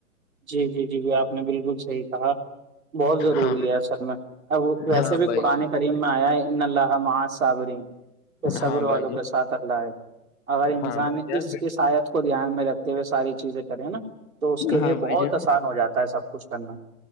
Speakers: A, on the right (about 65°); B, on the left (about 20°).
A: جی جی جی بھی آپ نے بالکل صحیح کہا بہت ضروری
B: ہاں
A: ہے اصل میں ا ویسے
B: ہاں
A: بھی
B: بھائی
A: قرآن
B: جان
A: کریم میں آیا ہے ان اللہ مع صابری صبر
B: ہاں بھائی
A: والوں
B: جان
A: کے ساتھ اللہ ہے <unintelligible> اگر انسان
B: ہاں بھائی جان
A: اس اس آیت کو دھیان میں رکھتے ہوئے ساری چیزیں کرے نا تو اس کے لیے
B: ہاں بھائی
A: بہت
B: جان
A: آسان ہو جاتا ہے سب کچھ کرنا